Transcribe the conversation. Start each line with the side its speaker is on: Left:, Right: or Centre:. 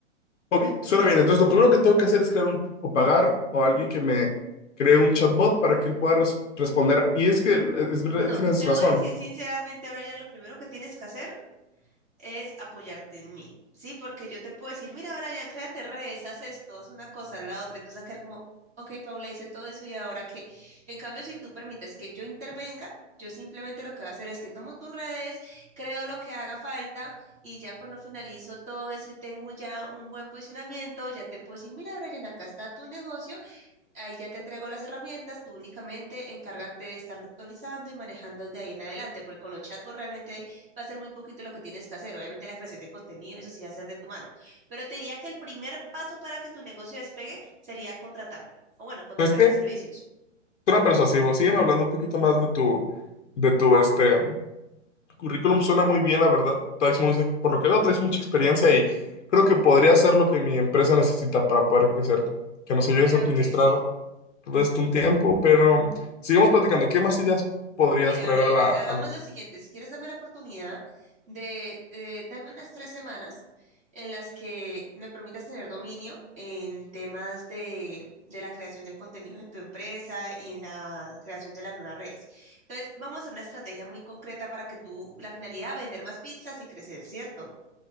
Left: Ok, suena bien. Entonces, lo primero que tengo que hacer es crear un, o pagar o alguien que me cree un chatbot para que él pueda res- responder. Y es que eh, es verdad,
Right: No,
Left: tienes
Right: te
Left: razón.
Right: voy a decir sinceramente, Brian, lo primero que tienes que hacer es apoyarte en mí, ¿sí? Porque yo te puedo decir, mira, Brian, créate redes, haz esto, haz una cosa, la otra, y tú vas a quedar como, ok, Paula, hice todo eso y ahora qué. En cambio, si tú permites que yo intervenga, yo simplemente lo que voy a hacer es que tomo tus redes, creo lo que haga falta y ya cuando finalizo todo eso y tengo ya un buen posicionamiento, ya te puedo decir, mira, Brian, acá está tu negocio Ahí ya te entrego las herramientas, tú únicamente encárgate de estarlo actualizando y manejando de ahí en adelante, porque con los chatbots realmente va a ser muy poquito lo que tienes que hacer. Obviamente la creación de contenido, eso sí va a ser de tu mano. Pero te diría que el primer paso para que tu negocio despegue sería contratarme, o bueno, contratar
Left: ¿Sabes qué?
Right: mis servicios.
Left: Suena persuasivo. Sígueme hablando un poquito más de tu, de tu este currículum. Suena muy bien, la verdad. Traes muy- por lo que veo, traes mucha experiencia y creo que podría ser lo que mi empresa necesita para poder crecer. Que nos ayudes
Right: Claro
Left: a administrar
Right: que sí.
Left: todo esto un tiempo, pero sigamos platicando. ¿Qué más ideas podrías
Right: Mira,
Left: traer
Right: Brian,
Left: a la,
Right: ha- hagamos
Left: a la empresa?
Right: lo siguiente. Si quieres, dame la oportunidad de, de- dame unas tres semanas en las que me permitas tener dominio en temas de, de la creación del contenido de tu empresa y en la creación de las nuevas redes. Entonces, vamos a hacer una estrategia muy concreta para que tú, la finalidad, vender más pizzas y crecer, ¿cierto?